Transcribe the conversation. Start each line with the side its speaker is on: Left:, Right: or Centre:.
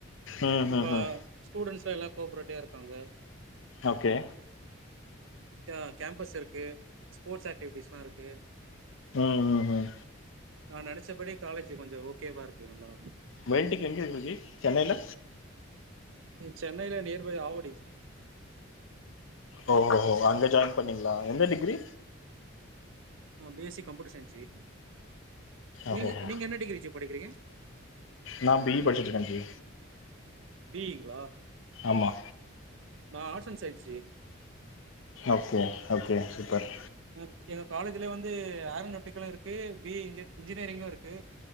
Left: ம்
Right: நம்ப
Left: ம் ம்
Right: ஸ்டூடெண்ட்ஸ் எல்லா கோப்ரேட்டவா இருக்காங்க
Left: ஓகே
Right: கே கேம்பஸ் இருக்கு ஸ்போர்ட்ஸ் ஆக்டிவிட்டிஸ் எல்லா இருக்கு
Left: ம் ம் ம்
Right: நா நினைச்சபடியே காலேஜ் கொஞ்சே ஓகே வா இருக்கு நல்லா
Left: வேல்டக்கு எங்கே இருக்கு ஜி சென்னையில
Right: சென்னையில நேர் வழி ஆவுடி
Left: ஓ ஓ ஓ ஓ அங்க ஜாயின் பண்ணிங்களா எந்த டிகிரி
Right: ஆ B S C computer science ஜி
Left: ஓஹோஹோ
Right: நீங்க நீங்க என்ன டிகிரி ஜி படிக்கிறீங்க
Left: நா பி இ படிச்சிட்டு இருக்கே ஜி
Right: பீயி ங்களா
Left: ஆமா
Right: நா ஆர்ட்ஸ் அண்ட் சயின்ஸ்சு ஜி
Left: ஓகே ஓகே சூப்பர்
Right: எங்க எங்க காலேஜ்ல வந்து ஆரநோட்டிகளு இருக்கு பி இ இன்ஜி இன்ஜினியரிங்கு இருக்கு